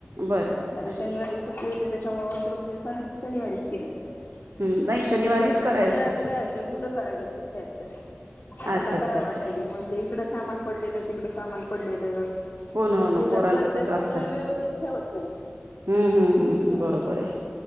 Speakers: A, on the right; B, on the left.
A: बर बर बर
B: कारण शनिवारी सुट्टी होती त्याच्यामुळे वॉशरूम तर सन शनिवारीच केलत
A: हम्म नाही
B: फक्त
A: शनिवारीच
B: देवाची
A: करायचं
B: पूजा आता काय व्हाय मुलं करायला सुट्ट्यात
A: अच्छा
B: ला
A: अच्छा
B: करा वाट
A: अच्छा
B: आहे म ती तिकडं सामान पडलेलं तिकडं सामान पडलेलं
A: हो ना हो ना
B: पूजा
A: पोरांचं
B: करतेच
A: कसं
B: पण
A: असतं
B: व्यवस्थित ठेवत नाही-हम
A: हम्म हम्म हम्म हम्म बरोबर आहे